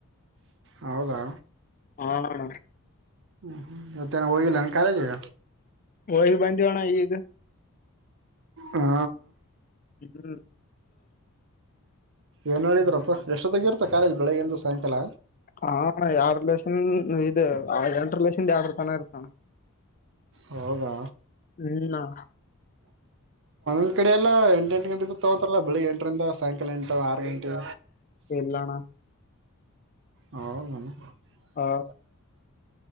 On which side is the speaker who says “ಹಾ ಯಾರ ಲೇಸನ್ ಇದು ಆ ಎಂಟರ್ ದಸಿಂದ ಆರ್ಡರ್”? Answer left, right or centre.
Left